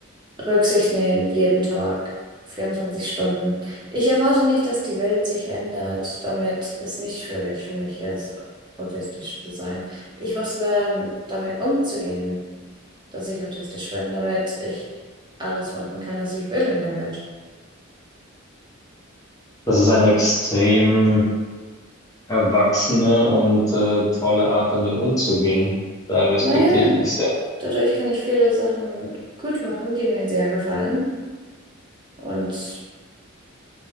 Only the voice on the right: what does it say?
Rücksicht nehmen, jeden Tag, 24 Stunden. Ich erwarte nicht, dass die Welt sich ändert, damit es nicht schwierig für mich ist, autistisch zu sein. Ich muss lernen, damit umzugehen, dass ich autistisch bin, damit ich alles machen kann, was ich will in der Welt.
Naja,
dadurch kann ich viele Sachen gut machen, die mir sehr gefallen. Und